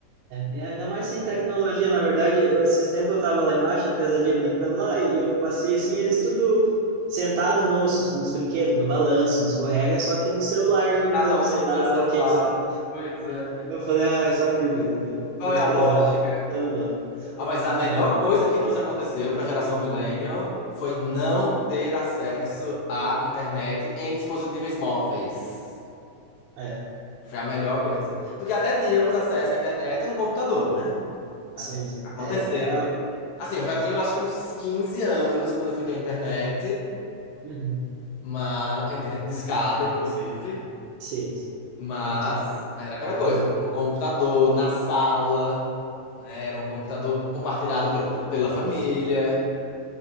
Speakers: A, on the right (about 80°); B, on the left (about 80°).
A: É, é, ainda mais sem tecnologia, na verdade, eu- esses tempos eu tava lá embaixo, a pesadinha brincando lá, e eu passei assim, eles tudo sentado nos, nos brinquedos, no balanço, no escorrega, só que no celular jogando,
B: Cada um
A: sei
B: com
A: lá
B: seu celular.
A: o que, sabe?
B: Pois é.
A: Eu falei, ai, só por Deus, meu,
B: Qual
A: essas
B: é a
A: pesadas
B: lógica?
A: tão loucas.
B: Ah, Mas
A: Não,
B: a melhor
A: não,
B: coisa que nos aconteceu para a geração millennial foi não ter acesso à internet em dispositivos móveis.
A: é,
B: Foi a melhor coisa. Porque até tínhamos acesso à internet no computador, né? Assim,
A: sim, sim.
B: aconteceu.
A: É, e era,
B: Assim, eu já tinha, eu acho que uns 15 anos quando eu fui ter internet,
A: uhum.
B: mas a internet discada, inclusive,
A: Sim, sim,
B: mas
A: aquela que tinha...
B: era aquela coisa,
A: Uhum.
B: né? No computador, na sala, né? Era um computador compartilhado pelo- pela família.